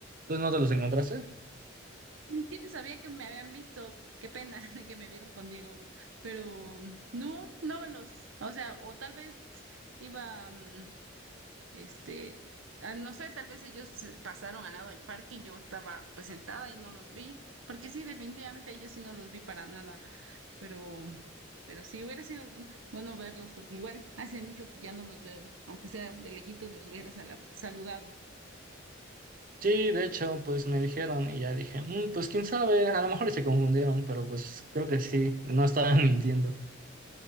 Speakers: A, on the right (about 45°); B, on the right (about 80°).
A: Pues no te los encontraste.
B: Ni siquiera sabía que me habían visto, qué pena <laughs> de que me vieron contigo, pero no, no me los, o sea, o tal vez iba, mm, Este, ah, no sé, tal vez ellos se pasaron al lado del parque y yo estaba pues sentada y no los vi, porque sí, definitivamente a ellos sí no los vi para nada, pero, pero sí hubiera sido bueno verlos, porque igual hace mucho que ya no los veo, aunque sea de lejitos los hubiera sala- saludado.
A: Sí, de hecho, pues me dijeron y ya dije, "Mm, pues quién sabe, a lo mejor y se confundieron, pero pues creo que sí, no estaban <laughs> mintiendo.